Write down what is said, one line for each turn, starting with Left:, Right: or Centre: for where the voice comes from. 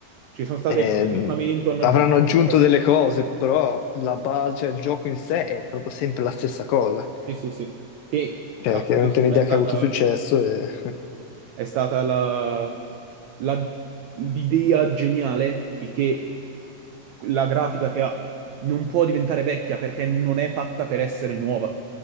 Right: Ci sono state
Left: ehm,
Right: qualche aggiornamento, hanno
Left: avranno
Right: aggiunto...
Left: aggiunto delle cose, però la base, cioè, il gioco in sé è proprio sempre la stessa cosa.
Right: Sì, sì, sì. Che
Left: Cioè,
Right: appunto
Left: chiaramente
Right: secondo
Left: è un'idea
Right: me è stata...
Left: che ha avuto successo e,
Right: È stata la- la- l'idea geniale, il che la grafica che ha non può diventare vecchia perché non è fatta per essere nuova.